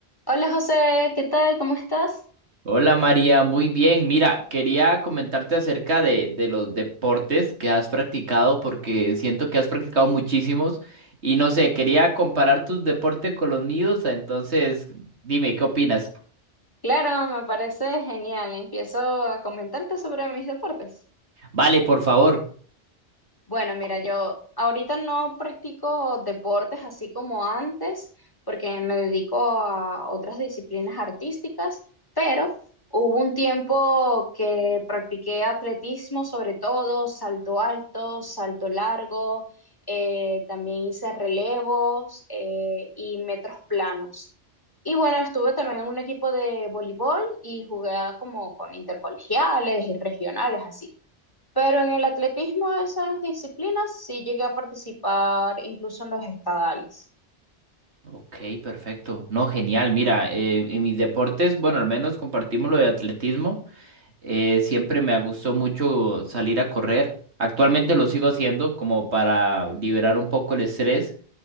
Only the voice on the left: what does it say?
Hola José, ¿qué tal? ¿Cómo estás?
Claro, me parece genial. Empiezo a comentarte sobre mis deportes.
Bueno, mira, yo ahorita no practico deportes así como antes, porque me dedico a otras disciplinas artísticas, pero hubo un tiempo que practiqué atletismo, sobre todo salto alto, salto largo, eh, también hice relevos eh, y metros planos. Y bueno, estuve también en un equipo de voleibol y jugué como con intercolegiales y regionales, así. Pero en el atletismo, esas disciplinas sí llegué a participar incluso en los estadales.